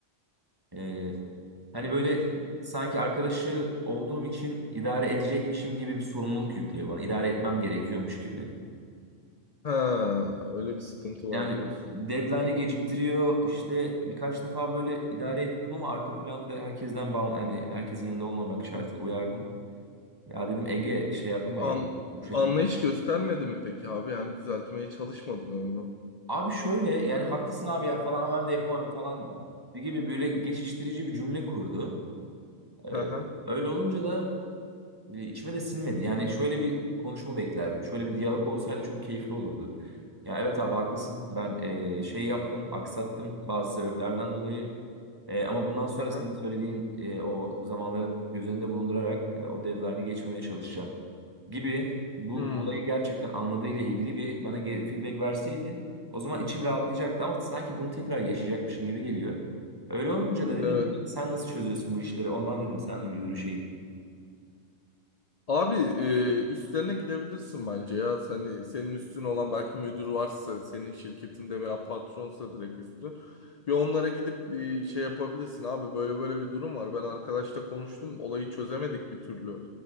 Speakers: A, on the right (about 20°); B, on the left (about 50°).
A: E, hani böyle sanki arkadaşı olduğum için idare edecekmişim gibi bir sorumluluk yüklüyor bana. İdare etmem gerekiyormuş gibi.
B: Ha, öyle bir sıkıntı
A: Yani
B: var diyorsun.
A: deadline'ı geciktiriyor. İşte birkaç defa böyle idare
B: Hı hı.
A: ettim ama arka planda da herkesten bağım yani herkesin yanında olmamak şartıyla
B: Hı.
A: uyardım. Ya dedim Ege şey yapamayız
B: An
A: bu şekilde.
B: anlayış göstermedi mi peki abi? Yani düzeltmeye çalışmadı mı onu?
A: Abi şöyle yani haklısın abi ya falan ama ben de yapamadım falan gibi böyle geçiştirici bir cümle kurdu. Ee,
B: Hı hı.
A: öyle olunca da e, içime de sinmedi. Yani şöyle bir konuşma beklerdim. Şöyle bir diyalog olsaydı çok keyifli olurdu. Ya evet abi haklısın. Ben e, şey yaptım, aksattım bazı sebeplerden dolayı. E, ama bundan sonra
B: Aha.
A: senin söylediğin e, o zamanları göz önünde bulundurarak e, o deadline'ı geçmemeye çalışacağım gibi bu
B: Hmm.
A: olayı gerçekten anladığıyla ilgili bir bana ge- feedback verseydi o zaman içim rahatlayacaktı ama sanki bunu tekrar yaşayacakmışım gibi geliyor. Öyle olunca da dedim
B: Evet.
A: sen nasıl çözüyorsun bu işleri ondan dedim seninle bir görüşeyim.
B: Abi e, üstlerine gidebilirsin bence ya. Hani senin üstün olan belki müdür varsa, senin şirketinde veya patronsa direkt üstün. Bir onlara gidip bir şey yapabilirsin abi. Böyle böyle bir durum var. Ben arkadaşla konuştum. Olayı çözemedik bir türlü.